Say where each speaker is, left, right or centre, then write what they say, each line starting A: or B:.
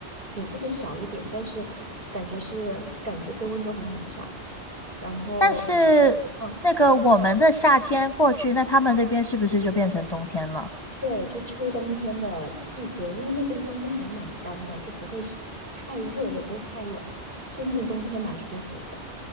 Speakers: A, on the right; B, on the left.
A: 比这边少一点，但是感觉是感觉跟温哥华很像。然后
B: 但是那个我们的夏天过去，
A: 嗯，你说
B: 那他们那边是不是就变成冬天了？
A: 对，就秋冬天的季节，因为那边冬天还蛮干的，就不会是太热，也不会太冷。其实那边冬天蛮舒服的。